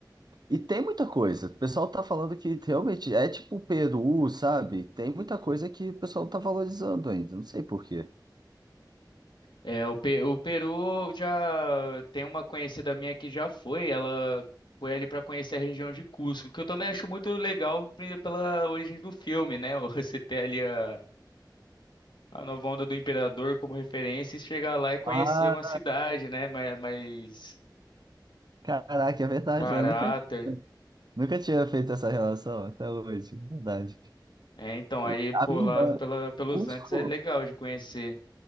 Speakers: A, on the right; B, on the left.
A: E tem muita coisa. O pessoal tá falando que realmente é tipo o Peru, sabe? Tem muita coisa que o pessoal não tá valorizando ainda. Não sei por quê.
B: É, o, Pe- o Peru já tem uma conhecida minha que já foi, ela foi ali para conhecer a região de Cusco, que eu também acho muito legal pri- pela origem do filme, né? <laughs> Você ter ali a, a nova onda do imperador como referência e chegar lá e conhecer
A: Ah,
B: uma cidade, né? Mais, mais
A: caraca, é verdade.
B: caráter.
A: Eu nunca, nunca tinha feito essa relação até hoje. é Verdade.
B: É, então,
A: E
B: aí
A: A
B: por
A: minha
B: lá
A: irmã,
B: pela, pelos
A: Cusco.
B: Andes é legal de conhecer.